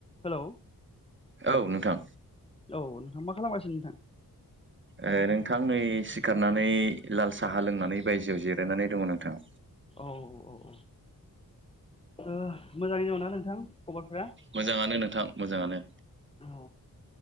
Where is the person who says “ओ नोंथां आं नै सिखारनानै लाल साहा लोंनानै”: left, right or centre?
Right